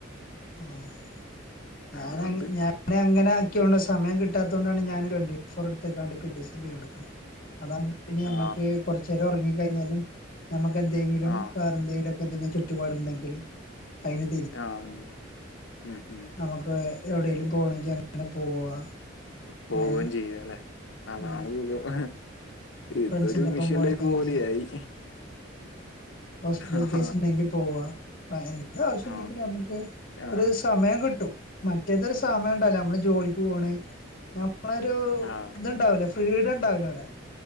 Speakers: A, on the left; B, on the left.
A: ആഹ് ഞാനങ്‌
B: അതുകൊണ്ട്
A: ഞാനാ ഇങ്ങനാക്കിയോണ്ട് സമയം കിട്ടാത്തോണ്ടാണ് ഞാന് ട്വന്റി ഫോർ എടുത്തെക്കാണ്ട് പിറ്റെസം ലീവ് എടുക്കുന്നത് അതാണ് പിന്നെ ഞമ്മക്ക്
B: ആ
A: കൊറച്ചേരം ഒറങ്ങി കയിഞ്ഞാലും ഞമ്മക്ക് എന്തെങ്കിലും
B: ആ
A: വേറെ എന്തെങ്കിലും ക്കതിന് ചുറ്റുപാടുണ്ടെങ്കിൽ അതിന്
B: ആഹ് ഉം ഉം ഉം
A: നമ്മക്ക് എവിടെലും പോണങ്കിൽ അങ്ങനെ പോവാ
B: പോവും
A: ഏ
B: ചെയ്യാല്ലെ അതാണ്
A: ആ
B: സുഖം ഇതൊരു
A: ഫ്രണ്ട്സിന്റെ ഒപ്പം
B: മിഷൻ
A: പോകണെങ്കിൽ
B: ലൈഫ്
A: എങ്ങനെ
B: പോലെയായി
A: ചെയ്യാ ഹോസ്പിറ്റൽ
B: ആ
A: കേസ് ണ്ടെങ്കി പോവാ പ എന്ത ആവശ്യുണ്ടെങ്കിൽ
B: ആ
A: നമ്മക്ക്
B: ആ
A: ഒര് സമയം കിട്ടും മറ്റേതൊരു സമയം ണ്ടാവൂല നമ്മള് ജോലിക്ക് പോണ് നമ്മളൊരു
B: ആ.
A: ഇതുണ്ടാവുലേ ഫ്രീഡം ണ്ടാവില്ല അവ്ടെ